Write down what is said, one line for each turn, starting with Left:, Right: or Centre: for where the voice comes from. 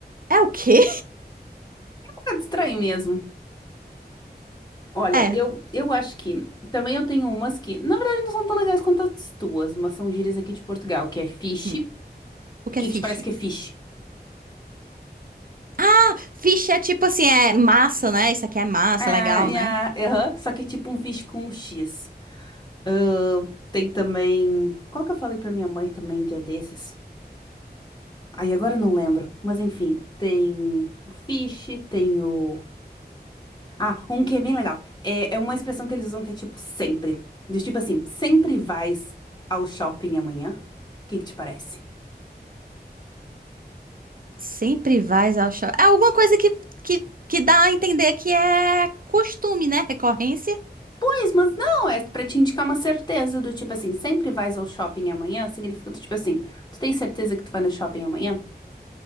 Right: é o quê?
Left: bocado estranho mesmo. Olha,
Right: É,
Left: eu, eu acho que também eu tenho umas que, na verdade, não são tão legais quanto as tuas, mas são gírias aqui de Portugal, que é fish,
Right: hum, o que
Left: que
Right: é fish?
Left: te parece que é fish.
Right: Ah, fish é tipo assim, é massa, né? Isso aqui é massa,
Left: Ah,
Right: legal,
Left: e
Right: né?
Left: a- aham, só que é tipo um fish com um X. Ah, tem também. Qual que eu falei pra minha mãe também um dia desses? Aí agora eu não lembro, mas enfim, tem o fish, tem o. Ah, um que é bem legal. É, é uma expressão que eles usam que é tipo sempre. Do tipo assim, sempre vais ao shopping amanhã? O que que te parece?
Right: Sempre vais ao shopping. É alguma coisa que, que, que dá a entender que é costume, né? Recorrência.
Left: Pois, mas não, é pra te indicar uma certeza do tipo assim, sempre vais ao shopping amanhã, significa do tipo assim, tu tens certeza que tu vai no shopping amanhã?